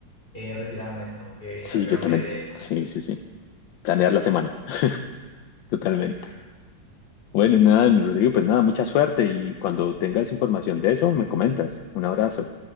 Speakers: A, on the left (about 25°); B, on the left (about 80°).
A: eh, retirarme, tengo que encargarme
B: Sí, yo también.
A: de algo.
B: Sí, sí, sí. Planear la semana, totalmente.
A: Exacto.
B: Bueno, nada, Rodrigo, pues nada, mucha suerte y cuando tengas información de eso, me comentas. Un abrazo.